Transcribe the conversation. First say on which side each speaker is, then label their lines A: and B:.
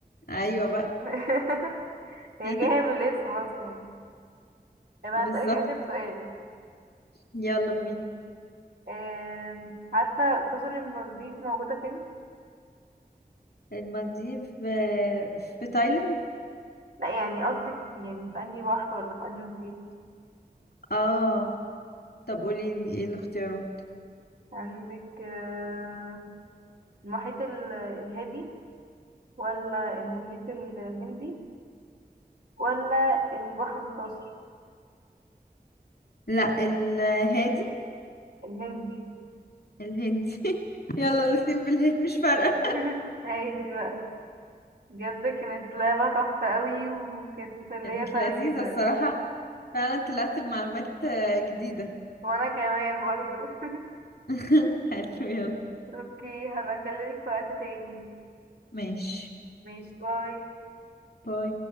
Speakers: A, on the left; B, on the right.
A: ايوه بقى
B: <laughs> هي
A: <laughs>
B: جاية من الاسم أصلا طب أنا
A: بالظبط
B: هسألك آخر سؤال
A: يلا بينا
B: آم، عارفة جزر المالديف موجودة فين؟
A: المالديف آه، في تايلاند
B: لا يعني قصدي يعني في أنهي بحر ولا في أنهي محيط
A: اه طب قولي لي ايه الاختيارات
B: عندك آه، المحيط ال- الهادي ولا المحيط الهندي ولا البحر المتوسط
A: لا الهادي
B: الهندي
A: الهندي <laughs> يلا الاتنين بالهي مش فارقة
B: <laughs> هايدي بقى بجد كانت لعبة تحفة قوي وكانت
A: <laughs>
B: مسلية
A: كانت
B: فعلا
A: لذيذة
B: جدا
A: الصراحة فعلا طلعت بمعلومات آه، جديدة
B: وانا كمان برضو <laughs>
A: <laughs> حلو يلا
B: اوكي هبقى اكلمك في وقت تاني
A: ماشي
B: ماشي باي
A: باي